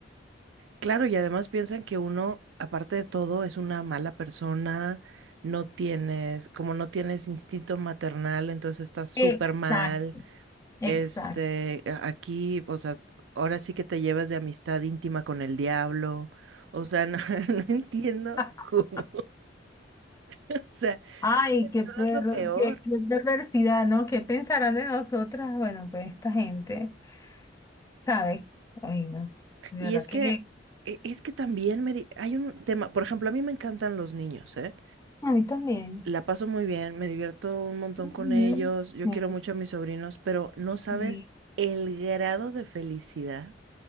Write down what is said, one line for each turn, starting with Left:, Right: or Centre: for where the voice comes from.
Right: Claro, y además piensan que uno, aparte de todo, es una mala persona, no tienes, como no tienes instinto maternal, entonces estás súper
Left: Exacto.
Right: mal.
Left: Exacto.
Right: Este, a- aquí, o sea, ahora sí que te llevas de amistad íntima con el diablo. O sea, no, <laughs> no entiendo
Left: <laughs>
Right: cómo. O sea,
Left: Ay, qué perro,
Right: uno es lo peor.
Left: qué, qué perversidad, ¿no? ¿Qué pensarán de nosotras? Bueno, pues esta gente, ¿sabes? Ay, no, de
Right: Y
Left: verdad
Right: es
Left: que
Right: que, e- es que también, Mary, hay un tema, por ejemplo, a mí me encantan los niños, ¿eh?
Left: a mí también.
Right: La paso muy bien, me divierto un montón
Left: Ujú,
Right: con ellos, yo
Left: Sí,
Right: quiero mucho a mis sobrinos, pero no sabes
Left: sí,
Right: el grado de felicidad